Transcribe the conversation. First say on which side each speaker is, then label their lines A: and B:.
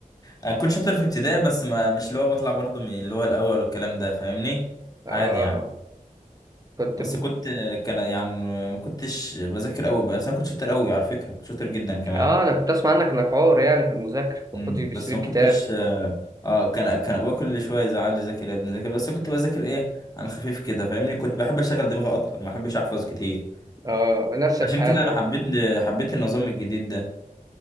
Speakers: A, on the left (about 25°); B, on the right (about 25°).
A: انا كنت شاطر في ابتدائي بس ما مش اللي هو بطلع برضو من اللي هو الاول والكلام ده فاهمني
B: آه
A: عادي يعني
B: كنت
A: بس
B: بت...
A: كنت كان يعني ما كنتش بذاكر قوي بس انا كنت شاطر قوي على فكره كنت شاطر جدا كمان
B: آه أنا كنت أسمع عنك إنك عور يعني في المذاكرة
A: مم.
B: ما كنتش بتشتري
A: بس ما
B: الكتاب
A: كنتش اه آه، كان كان ابويا كل شويه يزعل لي ذاكر يا ابني ذاكر بس كنت بذاكر ايه انا خفيف كده فاهمني كنت بحب اشغل دماغي اكتر ما بحبش احفظ كتير
B: آه نفس الحال
A: عشان كده
B: برضه
A: انا حبيت حبيت النظام الجديد ده